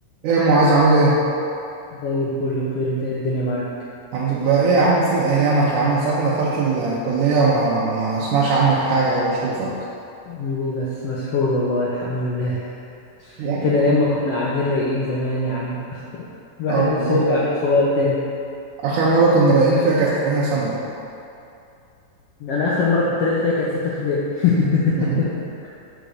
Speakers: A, on the right; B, on the left.
A: ايه يا معاذ عامل ايه؟
B: زي الفل بخير انت ايه الدنيا معاك
A: الحمد لله ايه يا عم فين ايامك يا عم من ساعة ما دخلت الكلية وما ما اسمعش عنك حاجة ولا بشوفك
B: عامل ايه بس مسحول والله الحمد لله
A: <laughs> يا-
B: فين ايام ما كنا قاعدين رايقين زمان يا عم الواحد
A: اه
B: نفسه
A: والله
B: يرجع عيل صغير تاني
A: اخر مرة كنا رايقين فيها كانت في تانية ثانوي
B: انا اخر مره كنت رايق فيها كانت سته ابتدائي <laughs>
A: <laughs>